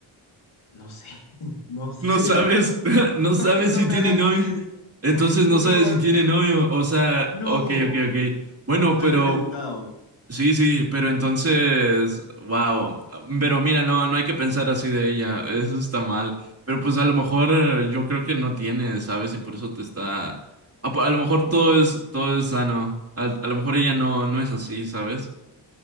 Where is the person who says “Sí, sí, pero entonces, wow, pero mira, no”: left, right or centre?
Right